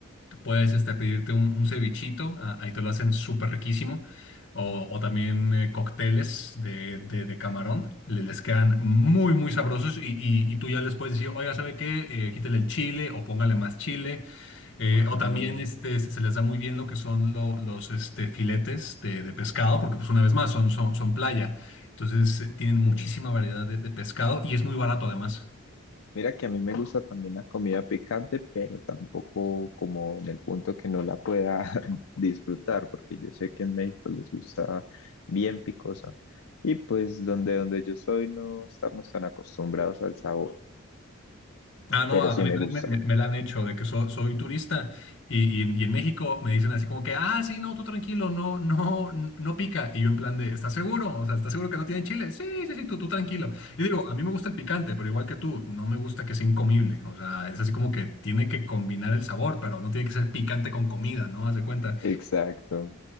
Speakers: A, on the left; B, on the left.
A: Puedes este, pedirte un, un cevichito, ah, ahí te lo hacen súper riquísimo. O, o también eh, cócteles de, de- de camarón, le- les quedan muy, muy sabrosos. Y, y- y tú ya les puedes decir, oiga, ¿sabe qué? Eh, quítele el chile o póngale más chile. Eh,
B: Ah,
A: o también este, se se les da muy bien lo que son lo- los este, filetes de, de pescado, porque pues una vez más son, son, son playa. Entonces eh, tienen muchísima
B: sí.
A: variedad de, de pescado y es muy barato además.
B: Mira que a mí me gusta también la comida picante, pero tampoco como en el punto que no la pueda <laughs> disfrutar, porque yo sé que en México les gusta bien picosa. Y pues donde, donde yo soy no estamos tan acostumbrados al sabor.
A: Ah, no,
B: pero
A: a,
B: sí
A: a mí
B: me
A: también
B: gusta.
A: me, me- me la han hecho, de que so- soy turista y, y en y en México me dicen así como que, ah, sí, no, tú tranquilo, no, no, no pica. Y yo en plan de, ¿estás seguro? O sea, ¿estás seguro que no tiene chile? Sí, sí, sí, tú, tú tranquilo. Y digo, a mí me gusta el picante, pero igual que tú, no me gusta que sea incomible. O sea, es así como que tiene que combinar el sabor, pero no tiene que ser picante con comida,
B: Es,
A: ¿no? Haz de cuenta.
B: Exacto.